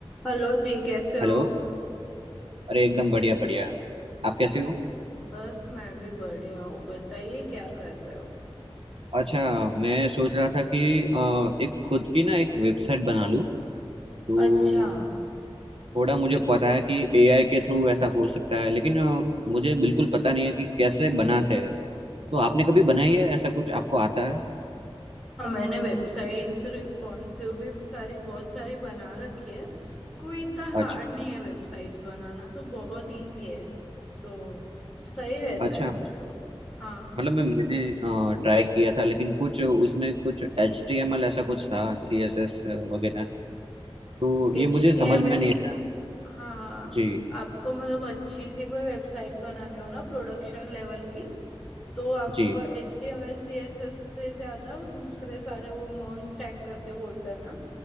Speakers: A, in the centre; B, on the right.
A: Hello जी कैसे हो
B: Hello अरे एकदम बढ़िया बढ़िया आप कैसे हो
A: बस मैं भी बढ़िया हूँ बताइए क्या कर रहे हो
B: अच्छा मैं सोच रहा था कि अ, एक खुद की ना एक वेबसाइट बना लूँ तो
A: अच्छा
B: थोड़ा मुझे पता है कि एआई के थ्रू ऐसा हो सकता है लेकिन अ, मुझे बिल्कुल पता नहीं है कि कैसे बनाते हैं तो आपने कभी बनाई है ऐसा कुछ आपको आता है
A: हाँ, मैंने वेबसाइट्स रिस्पॉन्सिव भी सारी बहुत सारी बना रखी है कोई इतना
B: अच्छा
A: हार्ड नहीं है वेबसाइट्स बनाना तो बहुत इजी है तो सही रहता
B: अच्छा
A: है वो तो हाँ
B: मतलब मैं मैंने ट्राई किया था लेकिन कुछ उसमें कुछ एच टी एम एल ऐसा कुछ था सी एस एस वगैरह तो
A: H
B: ये मुझे
A: T
B: समझ
A: M
B: में
A: L
B: नहीं आया
A: हाँ हाँ
B: जी
A: आपको मतलब अच्छी सी कोई वेबसाइट बनानी हो ना प्रोडक्शन लेवल की तो आपको
B: जी
A: एच टी एम एल सी एस एस से ज्यादा वो दूसरे सारे वो मॉन स्टैक करके बोलते हैं ना